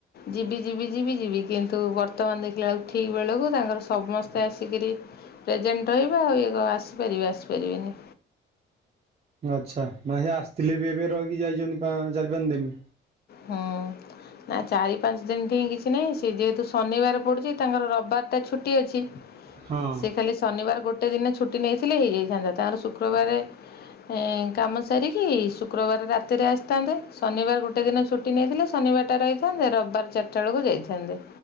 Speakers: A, on the left (about 55°); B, on the right (about 35°).
A: ଯିବି ଯିବି ଯିବି ଯିବି କିନ୍ତୁ ବର୍ତ୍ତମାନ ଦେଖିଲା ବେଳକୁ ଠିକ ବେଳକୁ ତାଙ୍କର ସମସ୍ତେ ଆସିକିରି ପ୍ରେଜେଣ୍ଟ ରହିବେ ଆଉ ଇଏ କଣ ଆସିପାରିବେ ଆସିପାରିବେନି।
B: ଆଚ୍ଛା ନାଇଁ ସେ ଆସିଥିଲେ ବି ଏବେ ରହିକି ଯାଇଛନ୍ତି ପା ଚାରି ପାଞ୍ଚ ଦିନି।
A: ହଁ ନା ଚାରି ପାଞ୍ଚ ଦିନଠେଇ କିଛି ନାହିଁ ସେ ଯେହେତୁ ଶନିବାର ପଡ଼ୁଛି ତାଙ୍କର ରବିବାର ଟା ଛୁଟି ଅଛି।
B: ହଁ
A: ସେ ଖାଲି ଶନିବାର ଗୋଟେ ଦିନ ଛୁଟି ନେଇଥିଲେ ହେଇଯାଇଥାନ୍ତା ତାଙ୍କର ଶୁକ୍ରବାରେ ହୁଁ କାମ ସାରିକି ଶୁକ୍ରବାର ରାତିରେ ଆସିଥାନ୍ତେ ଶନିବାର ଗୋଟେ ଟେ ଦିନ ଛୁଟି ନେଇଥିଲେ ଶନିବାରଟା ରହିଥାନ୍ତେ ରବିବାର ଚାରିଟା ବେଳକୁ ଯାଇଥାନ୍ତେ।